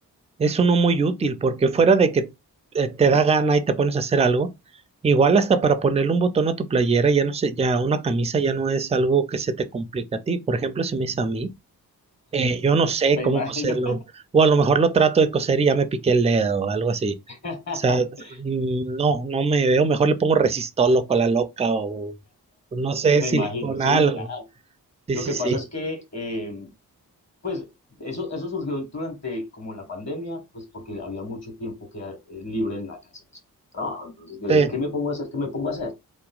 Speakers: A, on the right; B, on the left.
A: Es uno muy útil porque fuera de que eh, te da gana y te pones a hacer algo, igual hasta para ponerle un botón a tu playera, ya no sé, ya una camisa ya no es algo que se te complica a ti. Por ejemplo, si me hizo a mí, eh, yo no sé
B: Me
A: cómo
B: imagino.
A: coserlo, o a lo mejor lo trato de coser y ya me piqué el dedo o algo así. O
B: <laughs>
A: sea, mm, no, no me veo, mejor le pongo resistol o la loca o no sé,
B: Me
A: silicona,
B: imagino, sí,
A: algo.
B: claro.
A: Sí,
B: Lo
A: sí,
B: que
A: sí.
B: pasa es que, eh, pues, eso, eso surgió durante como la pandemia, pues porque había mucho tiempo que, eh, libre en la casa después del trabajo. Entonces yo dije,
A: Sí.
B: ¿qué me pongo a hacer? ¿Qué me pongo a hacer?